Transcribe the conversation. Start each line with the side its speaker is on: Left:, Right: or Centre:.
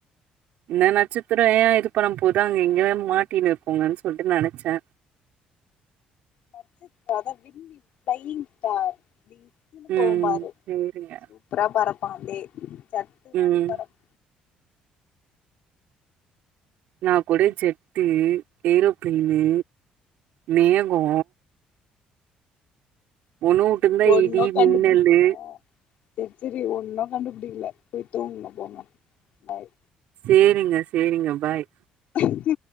Right: என்ன நட்சத்திரோ ஏன் இது பண்ணபோது அங்க எங்கயாது மாட்டினு இருக்கோங்கன்னு சொல்லிட்டு நெனைச்சே
Left: நட்சத் அதா விண்மீன் பிளையிங் ஸ்டார் <inaudible> ம்
Right: ம்
Left: போம்பாரு
Right: சேரிங்க
Left: சூப்பரா பரப்பா <inaudible> ஜட்டு மாதிரி
Right: ம்
Left: பரப்
Right: நா கூட ஜெட்டு ஏரோப்ளைனு மேககோ
Left: செரி
Right: ஒன்னு வுட்டுருந்தா
Left: சேரி ஒன்னு
Right: இடி
Left: கண்டுபுடிக்கில
Right: மின்னலு
Left: சேரி சேரி ஒன்னு கண்டுபிடிக்கல போய் தூங்குங்க போங்க பாய்
Right: சேரிங்க சைரிங்க பாய்
Left: போங்க